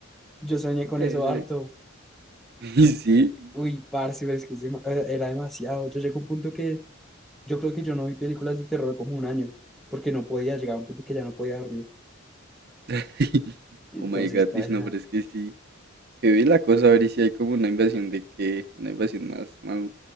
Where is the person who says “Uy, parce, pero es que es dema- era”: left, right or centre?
Centre